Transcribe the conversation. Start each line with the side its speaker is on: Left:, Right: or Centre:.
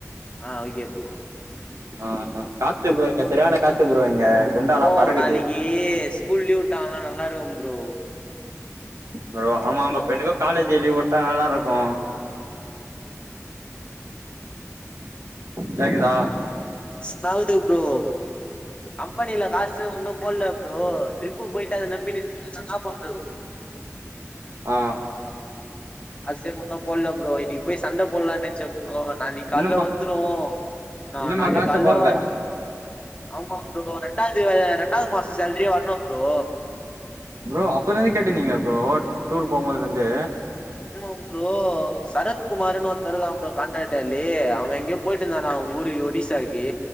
Left: ஆ ஓகே ப்ரோ
Right: ஆ காத்து ப்ரோ இங்க சரியான காத்து ப்ரோ இங்க குண்டாலா
Left: ப்ரோ
Right: பறக்குது
Left: நாளைக்கி ஸ்கூல் லீவ் விட்டாங்கன்னா நல்லா இருக்கும் ப்ரோ
Right: ப்ரோ ஆமாம் ப்ரோ எனக்கு காலேஜ் லீவ் உட்டா நல்லா இருக்கு கேக்குதா
Left: ஸாவுது ப்ரோ கம்பெனில காசு இன்னு போட்ல ப்ரோ ட்ரிப்பு போயிட்டு அத நம்பிட்டு இருந்தா என்னா பண்றது
Right: ஆ
Left: காசே ஒன்னு போட்ல ப்ரோஇன்னைக்கு போய் சண்ட போட்லானு நெனச்சே ப்ரோ நாளைக்கு கால்ல
Right: இன்னுமா
Left: வந்துரு நான்
Right: இன்னுமா
Left: நாளைக்கு
Right: காசு
Left: கால்ல
Right: போட்ல
Left: வ ஆமா ப்ரோ ரெண்டாஞ்சு வேற ரெண்டாவது மாச சேல்ரியே வரணு ப்ரோ
Right: ப்ரோ அப்பலருந்து கேட்டிருந்தீங்களே ப்ரோ டூர் போம்போதுலருந்து
Left: ஆமா ப்ரோ சரத்குமார்னு ஒருத்தர் அவ்ங்க காண்டாக்ட்டாலி அவே எங்க போயிட்டு இந்தானா அவ்ங்க ஊரு ஒடிசாக்கு